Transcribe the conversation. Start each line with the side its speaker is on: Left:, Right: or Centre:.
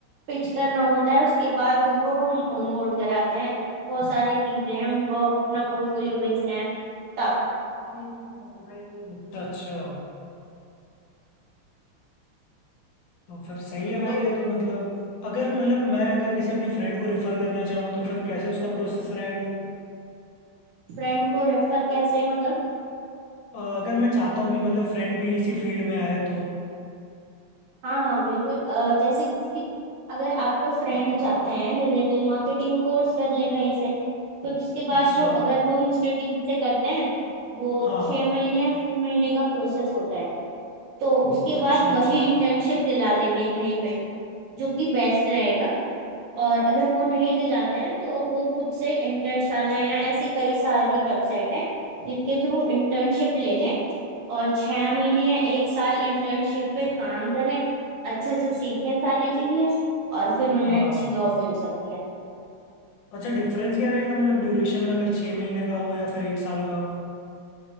Right: पिच करना होता है उसके बाद उनको हम ऑन बोर्ड कराते हैं बहुत सारी चीजें हैं उनको अपना पोर्टफोलियो भेजते हैं तब
Left: अच्छा अच्छा तो फिर सही है भाई
Right: तो
Left: ये तो मतलब अगर मतलब मैं अगर किसी अपने फ्रेंड को रेफर करना चाहूँ तो फिर कैसे उसका प्रोसेस रहेगा
Right: फ्रेंड को रेफर कैसे मतलब
Left: अ, अगर मैं चाहता हूँ कि मतलब फ्रेंड भी इसी फील्ड में आए तो
Right: हाँ हाँ बिल्कुल अ, जैसे कि अगर आपको फ्रेंड चाहते हैं डिजिटल मार्केटिंग कोर्स कर ले कहीं से फिर उसके बाद
Left: अच्छा
Right: जो अगर वो इंस्टीट्यूट से करते हैं वो
Left: हाँ
Right: छह
Left: हाँ
Right: महीने या तीन महीने का प्रोसेस होता है तो उसके
Left: अच्छा
Right: बाद
Left: अच्छा
Right: वही इंटर्नशिप दिला देंगे कहीं पे जो कि बेस्ट रहेगा और अगर वो नहीं दिलाते हैं तो वो खुद से इंटर्नशाला या ऐसी कई सारी वेबसाइट है जिनके थ्रू इंटर्नशिप ले लें और छह महीने या एक साल इंटर्नशिप पे काम करें अच्छे से सीखें सारी चीजें और फिर उन्हें
Left: हाँ
Right: अच्छी जॉब मिल सकती है
Left: अच्छा डिफरेंस क्या रहेगा मतलब ड्यूरेशन में अगर छः महीने का हो या फिर एक साल का हो